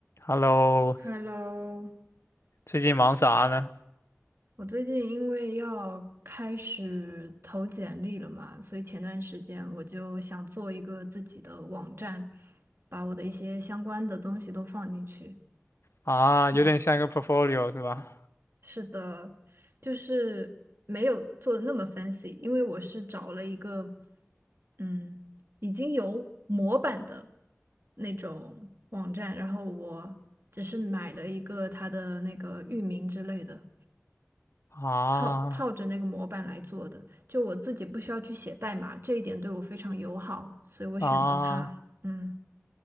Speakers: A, on the left (about 65°); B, on the right (about 55°).
A: Hello，
B: Hello，
A: 最近忙啥呢？
B: 我最近因为要开始投简历了嘛，所以前段时间我就想做一个自己的网站，把我的一些相关的东西都放进去。
A: 啊，
B: 嗯，
A: 有点像一个 portfolio 是吧？
B: 是的，就是没有做的那么 fancy，因为我是找了一个嗯已经有模板的那种网站，然后我只是买了一个它的那个域名之类的。
A: 啊
B: 套套着那个模板来做的，就我自己不需要去写代码，这一点对我非常友好，所以我选择了它。
A: 啊，
B: 嗯，